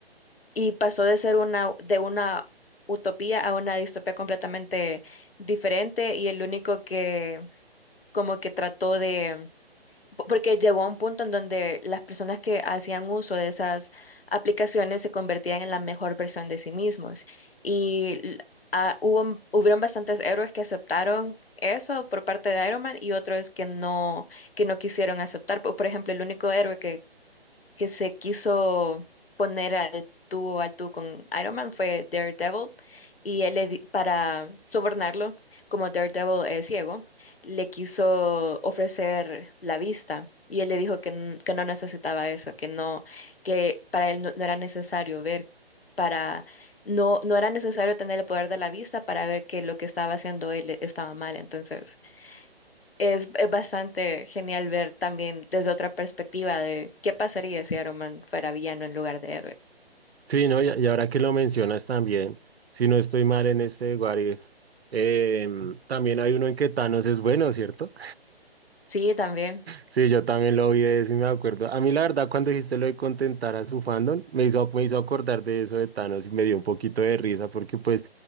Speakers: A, on the left; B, on the right.
A: y pasó de ser una, de una utopía a una distopía completamente diferente y el único que como que trató de, po- porque llegó a un punto en donde las personas que hacían uso de esas aplicaciones se convertían en la mejor versión de sí mismos y l- ah, hubo, hubieron bastantes héroes que aceptaron eso por parte de Iron Man y otros que no, que no quisieron aceptar. Por por ejemplo, el único héroe que se quiso poner al tú al tú con Iron Man fue Daredevil y él le di- para sobornarlo, como Daredevil es ciego, le quiso ofrecer la vista y él le dijo que, n- que no necesitaba eso, que no, que para él no, no era necesario ver para no no era necesario tener el poder de la vista para ver que lo que estaba haciendo él estaba mal, entonces es, es bastante genial ver también desde otra perspectiva de qué pasaría si Iron Man fuera villano en lugar de héroe.
B: Sí, ¿no? Y, y ahora que lo mencionas también, si no estoy mal en este What If, em, también hay uno en que Thanos es bueno, ¿cierto?
A: Sí, también.
B: Sí, yo también lo vi de eso y me acuerdo. A mí la verdad, cuando dijiste lo de contentar a su fandom, me hizo, me hizo acordar de eso de Thanos y me dio un poquito de risa porque pues